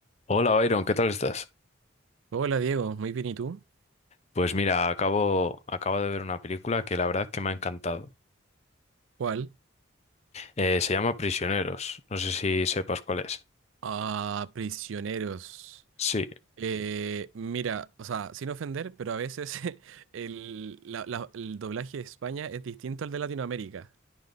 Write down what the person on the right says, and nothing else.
Hola Diego, muy bien, ¿y tú?
¿Cuál?
Ah, prisioneros.
Eh, mira, o sea, sin ofender, pero a veces <laughs> el, la- la- el doblaje de España es distinto al de Latinoamérica.